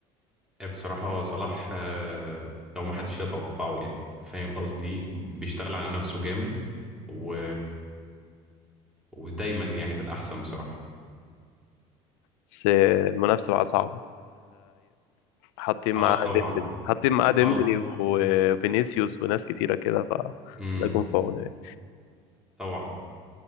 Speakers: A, in the centre; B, on the left.
A: آه، بصراحة صلاح آه، هو ما حدش يتوقعه يعني فاهم قصدي إيه؟ بيشتغل على نفسه جامد و... ودايما يعني في الأحسن بصراحة
B: بس المنافسه بقى صعبه حاطين معاه
A: اه طبعا
B: ديمبلي حاطين معاه ديمبلي
A: اه
B: وفينيسيوس وناس كتيرة كده ف
A: امم
B: الله يكون في عونه يعني
A: طبعا